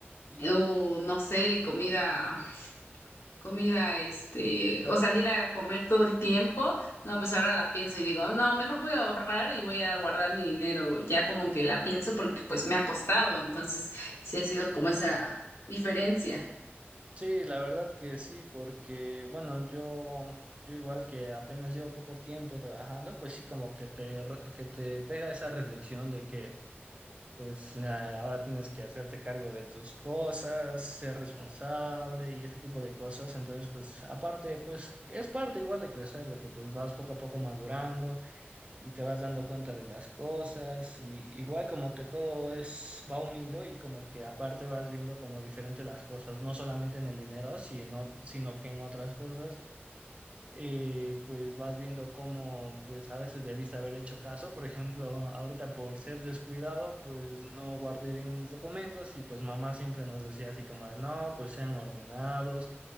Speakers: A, on the left; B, on the right.
A: o no sé, comida comida, este, o salir a comer todo el tiempo, no, pues ahora la pienso y digo, no, mejor voy a ahorrar y voy a guardar mi dinero, ya como que la pienso porque pues me ha costado, entonces sí ha sido como esa diferencia.
B: Sí, la verdad que sí, porque bueno, yo, yo igual que apenas llevo poco tiempo trabajando, pues sí como que te, re- que te pega esa reflexión de que pues na- ahora tienes que hacerte cargo de tus cosas, ser responsable y ese tipo de cosas. Entonces, pues aparte, pues es parte igual de crecer, de que pues vas poco a poco madurando y te vas dando cuenta de las cosas, y igual como que todo es, va unido y como que aparte vas viendo como diferente las cosas, no solamente en el dinero, sino, sino que en otras cosas, eh, pues vas viendo cómo pues a veces debiste haber hecho caso. Por ejemplo, ahorita por ser descuidado, pues no guardé bien mis documentos y pues mamá siempre nos decía así como de, no, pues sean ordenados,